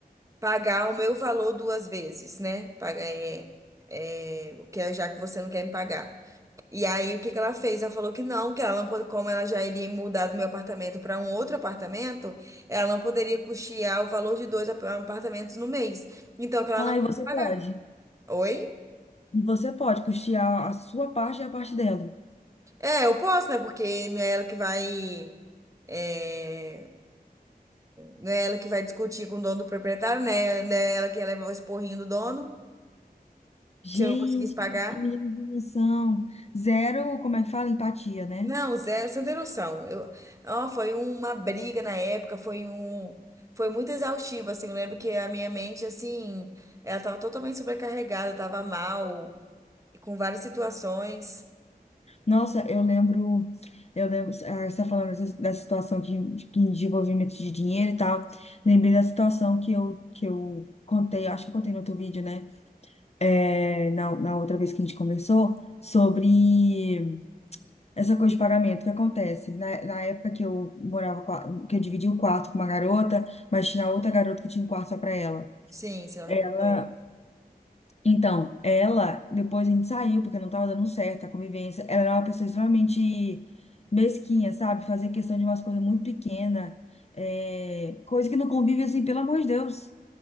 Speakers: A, on the right (about 20°); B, on the left (about 40°).
A: pagar o meu valor duas vezes, né? Pagar, é, é, o que é já que você não quer me pagar. E aí, o que que ela fez? Ela falou que não, que ela não pode, como ela já iria mudar do meu apartamento para um outro apartamento, ela não poderia custear o valor de dois ap- apartamentos no mês. Então, que ela
B: Ah,
A: não ia
B: e você
A: pagar.
B: pode.
A: Oi?
B: E você pode custear a sua parte e a parte dela.
A: É, eu posso, né? Porque não é ela que vai. é, Não é ela que vai discutir com o dono do proprietário, né? Não é ela que ia levar o esporrinho do dono,
B: Gente,
A: se eu não conseguisse pagar.
B: que menino sem noção. Zero, como é que fala? Empatia, né?
A: Não, Zé, você não tem noção. Eu, ó, foi uma briga na época, foi um, foi muito exaustivo, assim. Eu lembro que a minha mente, assim, ela tava totalmente sobrecarregada, tava mal, com várias situações.
B: Nossa, eu lembro. Eu lembro, ah, você tá falando dessa dessa situação de, de de envolvimento de dinheiro e tal. Lembrei da situação que eu, que eu contei, acho que eu contei no outro vídeo, né? É, na, na outra vez que a gente conversou, sobre. Essa coisa de pagamento, o que acontece? Na, na época que eu morava, com a- que eu dividi o quarto com uma garota, mas tinha outra garota que tinha um quarto só pra ela.
A: Sim, você já
B: Ela,
A: me contou isso.
B: então, ela, depois a gente saiu, porque não tava dando certo a convivência. Ela era uma pessoa extremamente mesquinha, sabe? Fazia questão de umas coisas muito pequenas, é, coisa que no convívio, assim, pelo amor de Deus